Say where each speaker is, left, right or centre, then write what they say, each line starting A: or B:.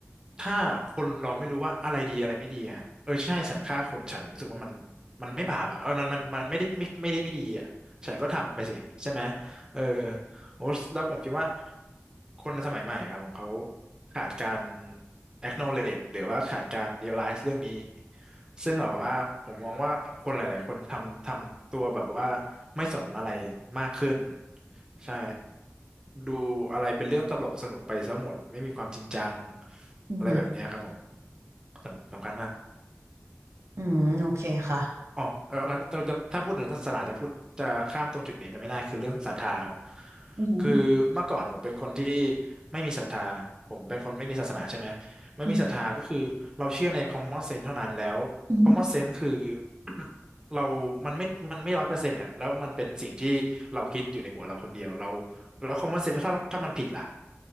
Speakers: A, on the right (about 15°); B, on the right (about 65°).
A: ถ้าคนเราไม่รู้ว่าอะไรดีอะไรไม่ดีอะเออใช่ฉันฆ่าคนฉันรู้สึกว่ามันมันไม่บาปอ่ะเออมันมันมันไม่ได้ไม่ไม่ได้ไม่ดีอ่ะฉันก็ทำไปสิใช่ไหมเออ โอ้แล้วผมคิดว่าคนสมัยใหม่ครับของเขาขาดการ acknowledge หรือว่าขาดการ realize เรื่องนี้ซึ่งแบบว่าผมมองว่าคนหลายๆคนทำทำตัวแบบว่าไม่สนอะไรมากขึ้นใช่ดูอะไรเป็นเรื่องตลกสนุกไปซะหมดไม่มีความจริงจัง
B: อือหือ
A: อะไรแบบเนี้ยครับผมสำสำคัญมาก
B: อืมโอเคค่ะ
A: อ๋อแล้วแล้วถ้าพูดถึงศาสนาจะพูดจะข้ามตรงจุดนี้ไปไม่ได้คือเรื่องศรัทธาครับ
B: อือหือ
A: คือเมื่อก่อนผมเป็นคนที่ไม่มีศรัทธาผมเป็นคนไม่มีศาสนาใช่ไหมไม่มีศรัทธาก็คือเราเชื่อใน
B: อืม
A: common sense เท่านั้นแล้ว
B: อืม
A: common sense คือ <coughs> เรามันไม่มันไม่ร้อยเปอร์เซ็นต์อ่ะแล้วมันเป็นสิ่งที่เราคิดอยู่ในหัวเราคนเดียวเราแล้ว common sense แล้วถ้าถ้ามันผิดล่ะ